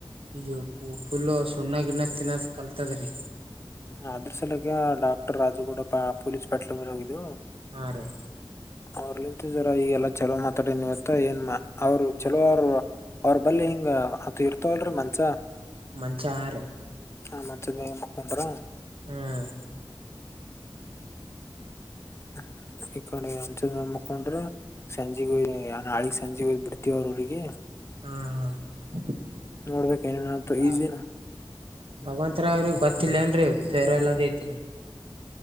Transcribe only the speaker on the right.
ಈಗ ಉ ಪುಲ್ಲ ಸುಣ್ಣ ಗಿಣ್ಣ ತಿನ್ನದ ಕಲ್ತದ್ರಿ.
ಹಾರಿ.
ಮಂಚ ರೀ.
ಹ್ಮ್
ಹ್ಮ
ಹಾ
ಭಗವಂತರಾವ್ ಅವರಿಗೆ ಗೊತ್ತಿಲ್ಲೇಏನ್ರರಿ ಫೇರ್ ಲವಲ್ಲಿದ ಇದ್ದದ